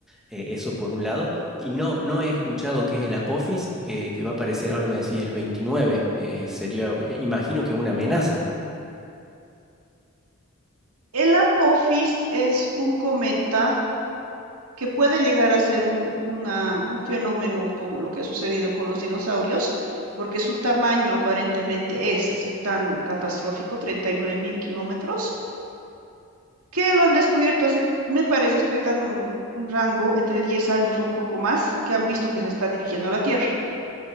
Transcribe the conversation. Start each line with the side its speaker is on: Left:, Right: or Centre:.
Centre: eh, eso por un lado. Y no, no he escuchado qué es el Apophis, eh, que va a aparecer ahora, me decís, el 29. eh, sería, eh, imagino que una amenaza.
Right: El Apophis es un cometa que puede llegar a ser un, una- un fenómeno como lo que ha sucedido con los dinosaurios, porque su tamaño aparentemente es así tan catastrófico, 39 mil kilómetros, que lo han descubierto hace, me parece, estoy dando un, un rango entre 10 años o un poco más, que han visto que se está dirigiendo a la Tierra.